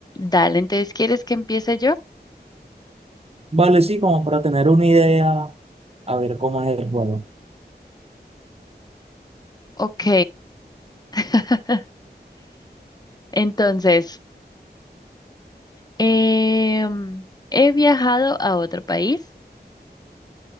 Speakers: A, on the left; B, on the right.
A: Dale, entonces, ¿quieres que empiece yo?
B: Vale, sí, como para tener una idea, a ver cómo es el juego.
A: Ok. <laughs> Entonces, em, he viajado a otro país.